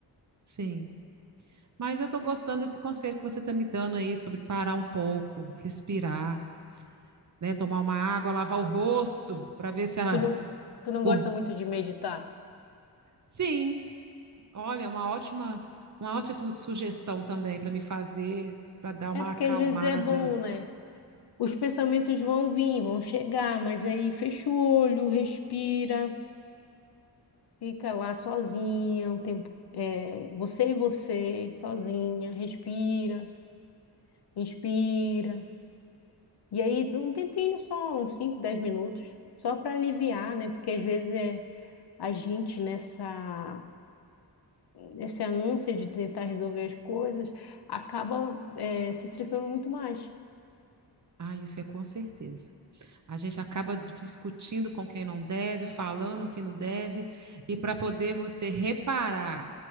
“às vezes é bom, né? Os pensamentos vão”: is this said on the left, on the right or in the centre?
Left